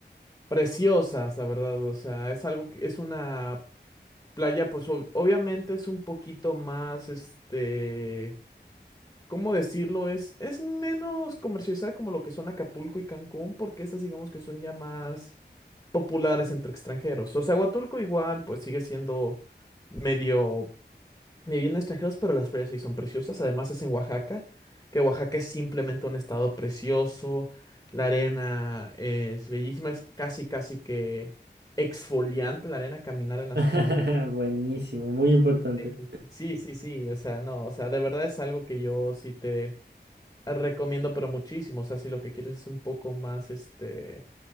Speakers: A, on the left; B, on the right.
A: preciosas, la verdad. O sea, es algo que es una. Playa, pues ob- obviamente es un poquito más, este, ¿cómo decirlo? Es, es menos comercializada como lo que son Acapulco y Cancún, porque esas digamos que son ya más populares entre extranjeros. O sea, Huatulco igual, pues sigue siendo medio, medio lleno de extranjeros, pero las playas sí son preciosas. Además es en Oaxaca, que Oaxaca es simplemente un estado precioso. La arena es bellísima, es casi, casi que exfoliante la arena, caminar en las
B: <laughs>
A: playas
B: Buenísimo, muy importante.
A: Increíble. Sí, sí, sí, o sea, no, o sea, de verdad es algo que yo sí te recomiendo, pero muchísimo, o sea, si lo que quieres es un poco más, este,